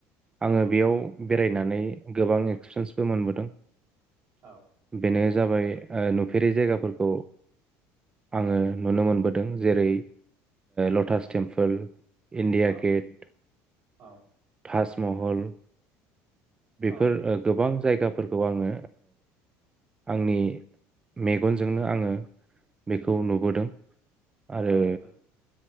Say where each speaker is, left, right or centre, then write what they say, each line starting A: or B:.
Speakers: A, on the right; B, on the right.
A: औ
B: आङो
A: औ
B: बेयाव
A: नंगौ
B: बेरायनानै गोबां एक्सपिरियेन्सबो मोनबोदों
A: औ
B: बे जाबाय नुफेरै जायगाफोरखौ आङो नुनो मोनबोदों जेरै लटास टेम्पोल इण्डिया
A: औ
B: गेट
A: औ
B: ताजमहल बेफोर
A: औ
B: गोबां जायगाफोरखौ आङो आंनि मेगनजोंनो आङो बेखौ नुबोदों आरो
A: औ नों